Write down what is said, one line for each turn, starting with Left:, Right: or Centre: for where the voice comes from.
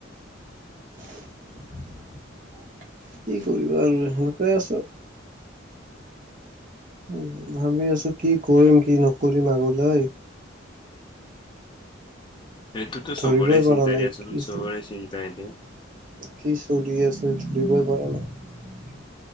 Right: কি কৰিবা আৰু সেনেকুৱাই আছ উ ভাবি আছো কি কৰিম কি নকৰিম আগলৈ
Left: সটোতো
Right: ধৰিবই
Left: সবৰে
Right: পৰা
Left: চিন্তাৰি
Right: নাই
Left: আছিল
Right: কি
Left: সবৰে
Right: চ
Left: চিন্তা হলেই
Right: কি চল আছে চৰিিবই পৰা নাই